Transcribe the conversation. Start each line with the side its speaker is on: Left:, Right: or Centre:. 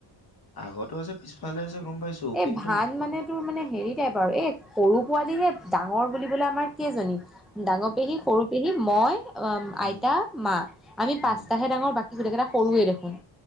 Left: আগতো আছে পিছফালে আছে গম পাইছোঁ
Centre: এই
Left: কিন্তু
Centre: ভান মানে তোৰ মানে হেৰি টাইপ আৰু এই সৰু পোৱালিহে ডাঙৰ বুলিবলে আমাৰ কেইজনী ডাঙৰ পেহী, সৰু পেহী, মই, অ',
Left: উম
Centre: আইতা, মা আমি
Left: উম
Centre: পাঁচটাহে ডাঙৰ বাকী গোটেকেইটা সৰুৱে দেখোন!